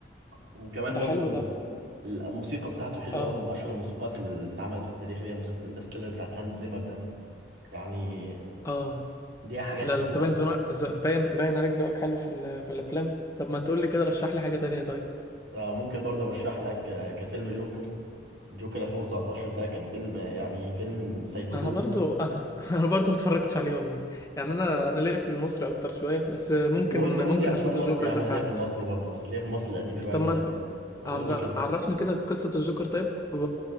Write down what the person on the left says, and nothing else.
ده
حلو
ده
اه
اه
لا
لا انت
باين زنا... ز... باين باين عليك ذوقك حلو في, ال... في الافلام طب ما تقول لي كده رشح لي حاجه تانية طيب
انا برضو انا <laughs> انا برضو ما اتفرجتش عليه والله يعني انا انا ليا في المصري اكتر شويه بس ممكن
ممكن
اشوف
الجوكر
ده
فعلا
طب
ما
عر...
عرفني كده قصه الجوكر طيب و...